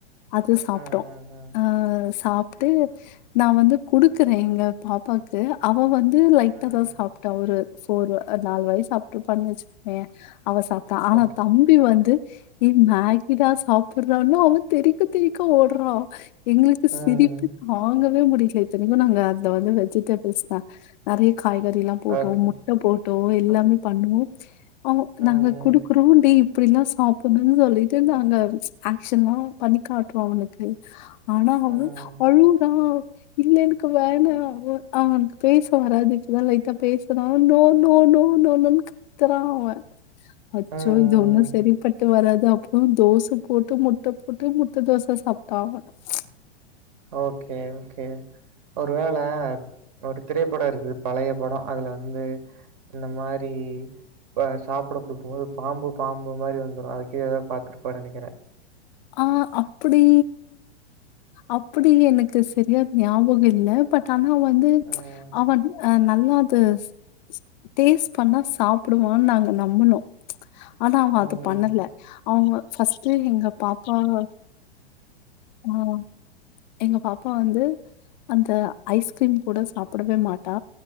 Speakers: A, on the left (about 45°); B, on the right (about 50°).
A: அது சாப்ட்டோ
B: ம், ம், ம்.
A: அஹ் சா ப்புட்டு நா வந்து குடுக்குறே எங்க பாப்பாக்கு அவ வந் து லைட்டா
B: ம்.
A: தா சாப்ட் ட்டு சோறு அது நாலு வாய் சாப்ட்டுருப்பானு வெச்சுக்கவே அவ சாப்ட்டா ஆனா
B: ஓகே.
A: தம்பி வந்து ஏ மேகிதா சாப்ட்றானு அவ தெறிக்க தெறிக்க ஓடுறா எங்களுக்கு
B: ம்.
A: சிரிப்பு தாங்க வே முடியல இத்தனைக்கு நாங்க அதுல வந்து வெஜிடேபிள்ஸ் தா நெறய காய்கறி போட்டோ
B: ஓகே.
A: முட்ட போட் டோ எல்லாமே பண்ணோ அவனுக்கு
B: ம், ம்.
A: நாங்க கொடுக்குறோ டெய் அப்டிலா சாப்டணும்ன்னு சொல்லிட்டு நாங்க ஆக்ஷ்ன்லா பண்ணி காட்ரோ அவனுக்கு ஆனா அவ
B: ம்.
A: அழுதா இல்ல எனக்கு வேண அவு அவனுக்கு பேச வராது இப்பத லைட் டா பேசற நோ நோ நோ நோ நோன்னு கத்தற அவ அச்சோ
B: ம், ம்,
A: இது ஒன்னு சரி
B: ம்.
A: பட்டு வராது அது அப்றோ தோச போட்டு முட்ட போட்டு முட்ட தோச சாப்பிட்ட அவன் ச்சு
B: ஓகே ஓகே ஒரு வேள ஆஹ் ஒரு திரைப்படோ இருக்குது பழைய படோ அதுல வந்து இந்த மாரி இப் சாப்ட கொடுக்கு போது பாம்பு பாம்பு மாரி வந்துரு அதுக்கீத ஏதாவது பா்த்திருப்பானு நெனக்கிறே
A: ஆஹ் அப்படி அப்டி எனக்கு சரியா ஞாபகோ இல்ல பட் ஆனா வந்து
B: ம்
A: அவன் ஹ நல் னது ஸ் ஸ் டேஸ்ட் பண்ணா சாப்டுவான்னு நாங்க நம்புனோ ஆனா அவ
B: ம்
A: அத பண்ணல அவங்க ஃபஸ்ட்டே எங்க பா ஆஹ்ஹ ஆஹ் எங்க பாப்பா வந்து அந்த ஐஸ்கிரீம் கூட சாப்டவே மாட்டா